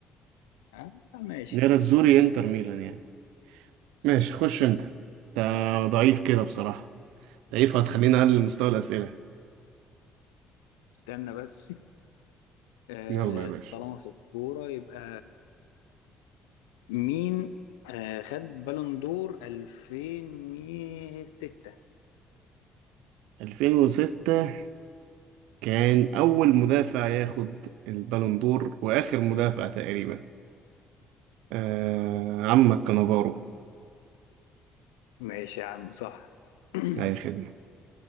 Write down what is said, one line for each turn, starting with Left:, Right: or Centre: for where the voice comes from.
Left: آه ماشي
Right: نيراتزوري انتر ميلان يعني ماشي خش انت ده ضعيف كده بصراحه ضعيف هتخليني اقلل مستوى الاسئله
Left: استنى بس آه
Right: يلا يا باشا
Left: طالما في الكورة يبقى مين آه خد بالون دور 2006
Right: 2006 كان أول مدافع ياخد البالون دور وآخر مدافع تقريبا آه عمك كانافارو
Left: ماشي يا عم صح <coughs>
Right: أي خدمة